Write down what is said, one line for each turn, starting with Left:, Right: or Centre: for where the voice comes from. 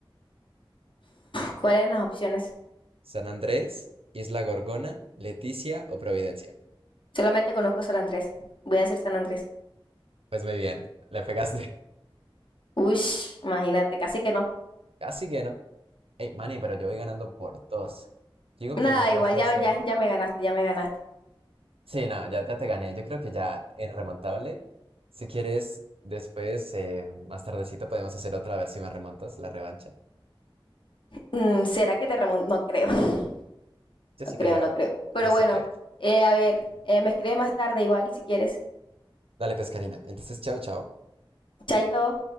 Left: ¿Cuáles eran las opciones?
Right: San Andrés, Isla Gorgona, Leticia o Providencia.
Left: Solamente conozco San Andrés. Voy a decir San Andrés.
Right: Pues muy bien, le pegaste. <laughs>
Left: Uy, imagínate, casi que no.
Right: Casi que no. Hey, Manny, pero yo voy ganando por dos. Digo
Left: Nada,
Right: que me puedes
Left: igual
Right: hacer.
Left: ya, ya, ya me ganaste, ya me ganaste.
Right: Sí, no, ya, ya te gané. Yo creo que ya en remontable. Si quieres, después, eh, más tardecito, podemos hacer otra a ver si me remontas la revancha.
Left: Mm, ¿Será que te remonto? No creo. <laughs>
Right: Yo
Left: No
Right: sí
Left: creo,
Right: creo.
Left: no creo. Pero
Right: Yo sí
Left: bueno,
Right: creo.
Left: eh, a ver, eh, me escribes más tarde igual si quieres.
Right: Dale, pescarina. Entonces, chao, chao.
Left: Chaito.